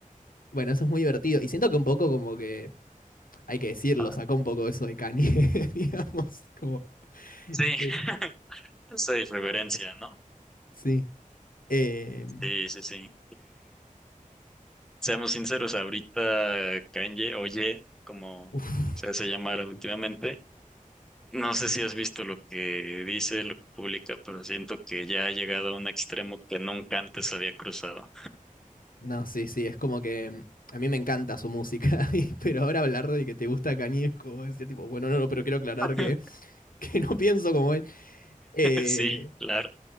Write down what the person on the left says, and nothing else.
bueno, eso es muy divertido. Y siento que un poco como que, hay que decirlo,
sacó un poco eso de Kanye, <laughs> digamos, como,
eh,
sí. Em,
uf.
No, sí, sí, es como que a mí me encanta su música, <laughs> y- pero ahora hablar de que te gusta Cañesco, decía tipo, bueno, no, no, pero quiero aclarar
que, <laughs> que no pienso como él. Eh,